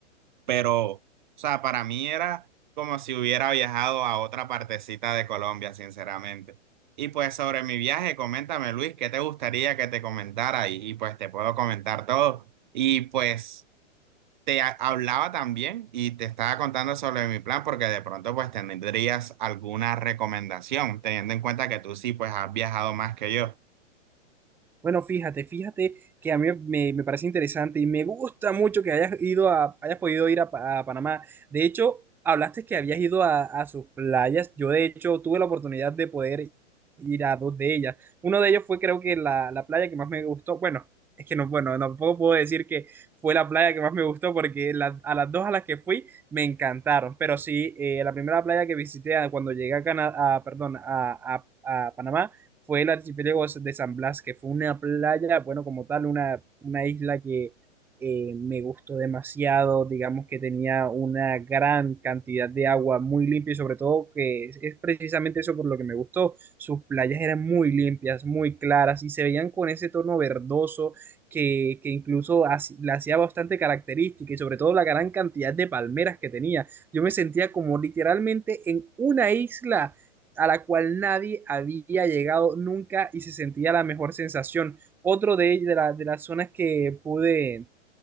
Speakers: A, on the right; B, in the centre.
A: Pero, o sea, para mí era como si hubiera viajado a otra partecita de Colombia, sinceramente. Y pues sobre mi viaje, coméntame Luis, ¿qué te gustaría que te comentara? Y, y, pues te puedo comentar todo. Y pues te ha- hablaba también y te estaba contando sobre mi plan porque de pronto pues tendrías alguna recomendación, teniendo en cuenta que tú sí pues has viajado más que yo.
B: Bueno, fíjate, fíjate que a mí me, me parece interesante y me gusta mucho que hayas ido a, hayas podido ir a, Pa- a Panamá. De hecho, hablaste que habías ido a, a sus playas. Yo, de hecho, tuve la oportunidad de poder ir a dos de ellas. Uno de ellos fue, creo que la, la playa que más me gustó. Bueno, es que no, bueno, tampoco puedo decir que fue la playa que más me gustó porque la- a las dos a las que fui me encantaron. Pero sí, eh, la primera playa que visité ah, cuando llegué a Cana- a- perdón, a a- a Panamá fue el archipiélago de San Blas, que fue una playa, bueno, como tal, una, una isla que eh, me gustó demasiado, digamos que tenía una gran cantidad de agua muy limpia y sobre todo que es, es precisamente eso por lo que me gustó, sus playas eran muy limpias, muy claras y se veían con ese tono verdoso que, que incluso haci- la hacía bastante característica y sobre todo la gran cantidad de palmeras que tenía. Yo me sentía como literalmente en una isla a la cual nadie había llegado nunca y se sentía la mejor sensación. Otro de, de, la, de las zonas que pude,